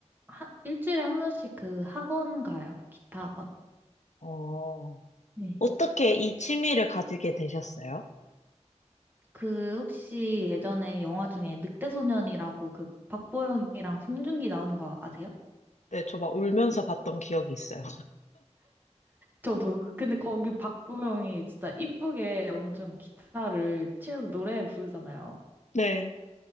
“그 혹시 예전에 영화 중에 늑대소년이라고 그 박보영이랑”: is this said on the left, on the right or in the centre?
Right